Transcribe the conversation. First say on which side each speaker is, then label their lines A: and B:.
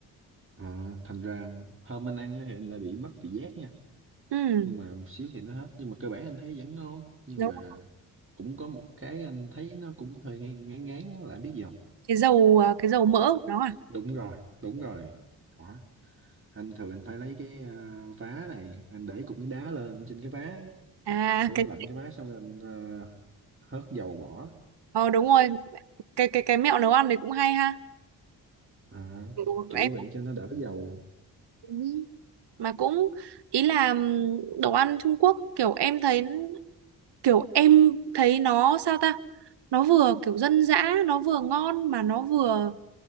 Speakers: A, on the right; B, on the right.
A: À, thành ra hôm anh ăn á thì anh là bị mất vị giác nha
B: ừ
A: nhưng mà một xíu thì nó hết nhưng mà cơ bản anh thấy vẫn ngon nhưng
B: đúng
A: mà
B: rồi.
A: cũng có một cái anh thấy nó cũng hơi ngán ngán ngán á, là anh biết gì không
B: cái dầu à, cái dầu mỡ
A: Đ-
B: của nó à
A: đúng rồi đúng rồi đó anh thường anh phải lấy cái à, vá này anh để cục nước đá lên trên cái vá
B: à
A: cho
B: cái
A: nó lạnh cái vá xong rồi anh à, hớt dầu bỏ
B: ờ đúng rồi cái cái cái mẹo nấu ăn đấy cũng hay ha
A: à,
B: Kiểu
A: kiểu
B: em
A: vậy cho nó đỡ dầu
B: cũng- mà cũng ý là ừm, đồ ăn Trung Quốc kiểu em thấy kiểu em thấy nó sao ta nó vừa kiểu dân dã nó vừa ngon mà nó vừa